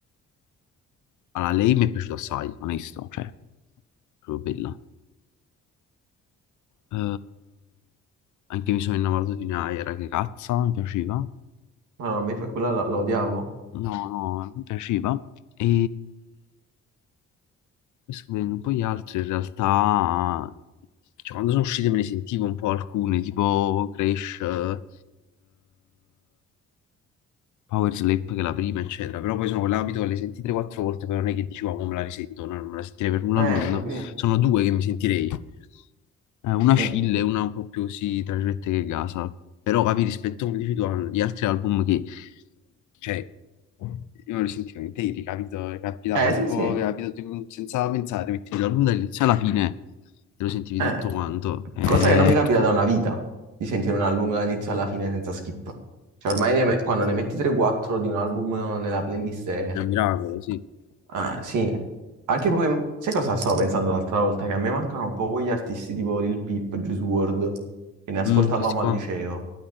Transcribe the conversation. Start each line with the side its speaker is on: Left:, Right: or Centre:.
Left: Allora, lei mi è piaciuta assai, onesto, cioè, proprio bella. Eh, anche mi sono innamorato di Naira, che cazzo, mi piaceva.
Right: ma no, a me quella la, la odiavo.
Left: No, no, mi piaceva. E poi sto vedendo un po' gli altri, in realtà, cioè, quando sono uscite me ne sentivo un po' alcune, tipo Crash, eh, Power Slap, che è la prima, eccetera. Però poi sono quell'abito che le senti 3-4 volte, però non è che dici, "Wow, mo me la risento, no, non me la sentirei per nulla
Right: Eh,
Left: al mondo.
Right: capì?
Left: Sono due che mi sentirei. Eh, una Scilla
Right: Mm.
Left: e una un po' più, sì, tra virgolette, che Gasa. Però capi, rispetto, come dici tu, agli altri album che cioè, io lo sentivo interi, capito? Capitava
Right: Eh, sì,
Left: tipo,
Right: sì.
Left: capito, tipo, senza pensare, mettevi l'album dall'inizio alla fine e lo sentivi
Right: Eh,
Left: tutto quanto. Eh,
Right: cosa che non mi capita da una vita di sentire un album dall'inizio alla fine senza skip. Cioè, ormai ne me- quando ne metti 3-4 di un album nella playlist è...
Left: È un miracolo, sì.
Right: Ah, sì. Anche poi... Sai cosa stavo pensando l'altra volta? Che a me mancano un po' gli artisti tipo Lil Peep, Juice WRLD, che ne ascoltavamo
Left: Mm, questi qua.
Right: al liceo.